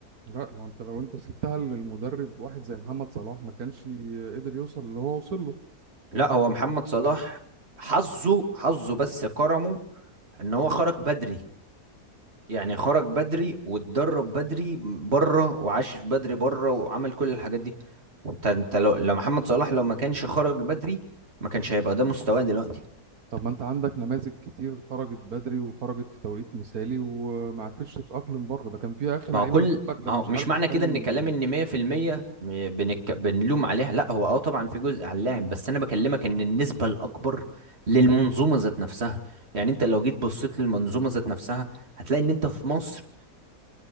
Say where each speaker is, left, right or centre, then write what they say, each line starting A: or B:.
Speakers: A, on the right; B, on the right.
A: لا ما انت لو انت سبتها للمدرب واحد زي محمد صلاح ما كانش قدر يوصل اللي هو وصل له
B: لا هو محمد صلاح حظه حظه بس كرمه ان هو خرج بدري يعني خرج بدري واتدرب بدري بره وعاش بدري بره وعمل كل الحاجات دي انت انت لو لو محمد صلاح لو ما كانش خرج بدري ما كانش هيبقى ده مستواه دلوقتي
A: طب ما انت عندك نماذج كتير خرجت بدري وخرجت في توقيت مثالي وما عرفتش تتأقلم بره ده كان في اخر لعيبه
B: ما هو كل
A: بتقول لك
B: ما
A: ده انا
B: هو
A: مش
B: مش
A: عارف
B: معنى
A: اتكلم
B: كده ان كلام ان 100% م- بنك... بنلوم عليها لا هو اه طبعا في جزء على اللاعب بس انا بكلمك ان النسبة الاكبر للمنظومة ذات نفسها يعني انت لو جيت بصيت للمنظومة ذات نفسها هتلاقي ان انت في مصر